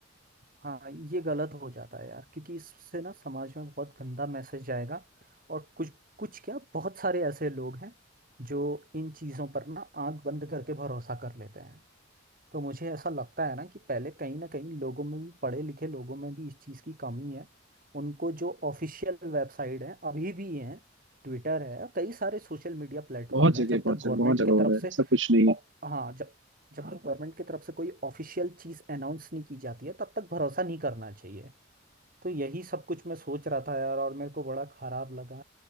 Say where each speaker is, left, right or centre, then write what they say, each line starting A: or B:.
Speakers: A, on the right (about 45°); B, on the right (about 70°).
A: हाँ ये गलत हो जाता है यार क्योंकि इससे ना समाज में बहुत गंदा मैसेज जाएगा और कुछ कुछ क्या बहुत सारे ऐसे लोग हैं जो इन चीज़ों पर ना आंख बंद करके भरोसा कर लेते हैं तो मुझे ऐसा लगता है ना कि पहले कहीं ना कहीं लोगों में भी पढ़े लिखे लोगों में भी इस चीज़ की कमी है उनको जो ऑफिशियल वेबसाइट है अभी भी है ट्विटर है कई सारे सोशल मीडिया प्लेटफॉर्म
B: बहुत जगह
A: है जब
B: बहुत
A: तक
B: जगह
A: गवर्नमेंट
B: बहुत जगह
A: की तरफ
B: हो रहा है
A: से
B: ऐसा कुछ नहीं
A: औ-
B: है
A: हाँ जब जब तक गवर्नमेंट की तरफ से कोई ऑफिशियल चीज़ अनाउंस नहीं की जाती है तब तक भरोसा नहीं करना चाहिए तो यही सब कुछ मैं सोच रहा था यार और मेरे को बड़ा खराब लगा